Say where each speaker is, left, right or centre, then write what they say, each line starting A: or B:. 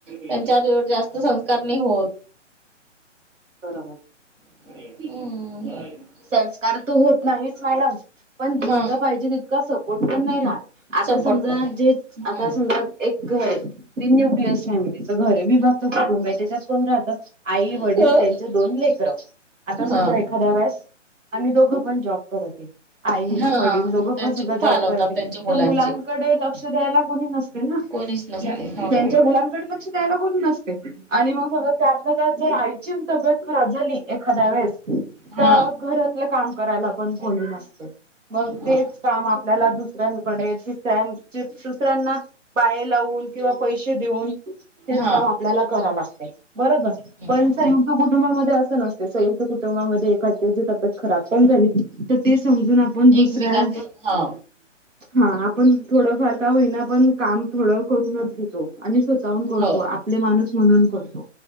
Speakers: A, on the right; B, on the right.
A: त्यांच्यावर एवढी जास्त करणे होत
B: बरोबर
A: हं
B: संस्कार तर होत नाहीच मॅडम पण जितका
A: हा
B: पाहिजे तितका सपोर्ट पण नाही राहत आता
A: सपोर्ट
B: समजा
A: पण नाही
B: जे
A: हम्म
B: आता समजा एक घर तीन न्यूक्लिअस फॅमिलीचं घर विभक्त कुटुंब आहे त्याच्यात कोण राहत? आई,
A: हम्म
B: वडील त्यांचे दोन लेकर आता समजा
A: हा
B: एखाद्या वेळेस आणि दोघं पण जॉब करतात आई
A: हा
B: वडील दोघं
A: त्यांचे
B: पण सुद्धा
A: खूप
B: जॉब
A: हाल होतात
B: करतात
A: त्यांच्या मुलांचे
B: तर मुलां लक्ष द्यायला कोणी न
A: कोणीच नसते
B: त्याच्या
A: हो
B: मुलांकडे लक्ष द्यायलाच कोणी नसतय त्यात त्या आईची तब्येत खराब झाली एखाद्या वेळेस
A: हा
B: तर घरातलं काम करायला पण कोणी जास्त मग
A: हा
B: तेच काम आपल्याला दुसऱ्यांकडे दुसऱ्यांना पाय लावून किंवा पैसे देऊन हेच
A: हा
B: काम, आपल्याला करायाला लागते बरोबर, पण
A: हम्म
B: संयुक्त कुटुंबामध्ये असं नसते संयुक्त कुटुंबामध्ये एखाद्यायचे खराब पण झाली तर ते समजून आपण दुसऱ्या,
A: एकमेकांच हा
B: हा आपण थोडंफार का होईना पण काम थोडं करूनच घेत. आणि स्वतःहून करतो
A: हो
B: आपले माणूस म्हणून करतो.